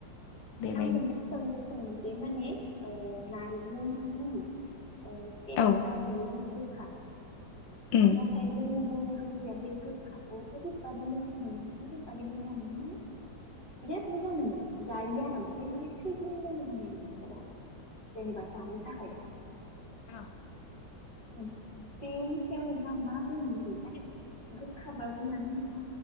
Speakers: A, on the left; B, on the left.
A: बेबायदिनो
B: आं मोनसे सोंलु सोंनोसै। बे माने ओ नारजिनि मुं। ओ टेस्था
A: औ
B: बियो गोब हा।
A: उम
B: नाथाय जोङो बर हारिया बे गोख्खाखौ ओरैबादि मोजां मोनो ओरैबादि मोजां मोनो माने बिराद मोजां मोनो जायो आरो बे माने थैग्लुं लायो माने मानसिफोरा जेनेबा जानो थाखाय।
A: औ।
B: उम थेनस सायाव नोंथाङा मा बुंनो लुयो माने गोखाबाबो मानो होना